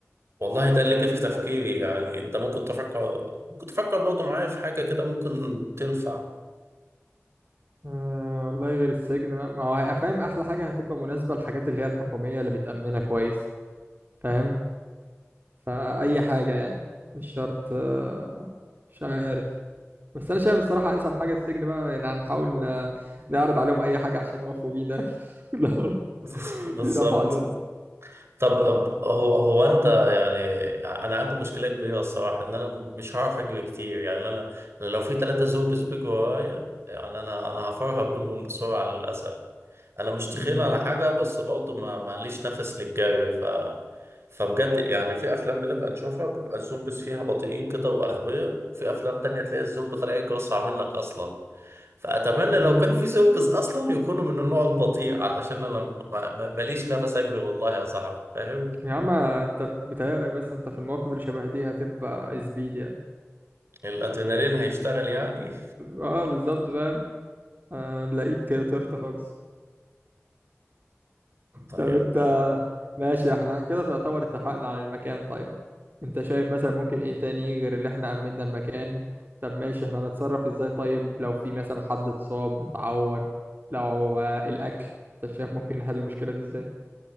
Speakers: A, on the right (about 60°); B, on the right (about 45°).
A: والله ده اللي جه في تفكيري يعني أنت ممكن تفكر ممكن تفكر برضه معايا في حاجة كده ممكن تنفع
B: أه والله غير السجن لا ما هو فاهم أحلى حاجة هتبقى مناسبة للحاجات اللي هي الحكومية اللي متأمنة كويس فاهم فأي حاجة يعني مش شرط آه، مش عارف بس انا شايف الصراحه انسب حاجه السجن بقى يعني هنحاول ن- نعرض عليهم اي حاجه عشان يوافقوا بينا <laughs> لا لا
A: <laughs> بالظبط
B: يدافعوا عننا
A: طب أب- هو هو انت يعني انا عندي مشكله كبيره الصراحه ان انا مش هعرف اجري كتير يعني انا انا لو في ثلاثه زومبيز بيجوا ورايا يعني انا انا هفرهق بيهم بسرعه للاسف انا مش تخين
B: امم
A: على حاجه بس برضه ما معليش نفس للجري ف فبجد يعني في افلام بنبقى نشوفها بيبقى الزومبيز فيها بطيئين كده واغبياء في افلام تانية تلاقي الزومبي طالع يجري اسرع منك اصلا فأتمنى لو
B: امم
A: كان في سيرفيس أصلا يكونوا من النوع البطيء علشان أنا ما- ما- ماليش نفس أجري والله يا صاحبي فاهم؟
B: يا عم انت بتهيألك بس انت في المواقف اللي شبه دي هتبقى زبيد يعني
A: الأدرينالين هيشتغل يعني
B: اه بالظبط فاهم هنلاقيك طرت خالص
A: طيب
B: طب انت
A: هو
B: ماشي احنا كده تعتبر اتفقنا على المكان طيب انت شايف مثلا ممكن ايه تاني غير اللي احنا امننا المكان طب ماشي احنا هنتصرف ازاي طيب لو في مثلا حد اتصاب اتعور لو هو الاكل انت شايف ممكن نحل المشكلة دي ازاي